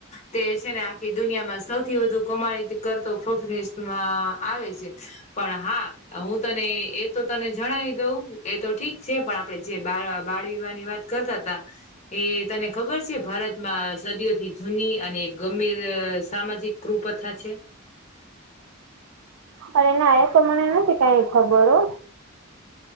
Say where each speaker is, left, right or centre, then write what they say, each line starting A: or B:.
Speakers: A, on the left; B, on the right.
A: તે છે ને આખી દુનિયામાં સૌથી વધુ કોમાડી કરતોોફમાં આવે છે. પણ હા હું તને એ તો તને જણાવી દઉં એ તો ઠીક છે પણ આપડે જે બા બાળ વિવાહની વાત કરતા હતા એ તને ખબર છે, ભારતમા સદી થી જૂની અને એક ગંભીર સામાજિક કૃપથા છે.
B: અ એને આ તો મને નથી કઈ ખબર હો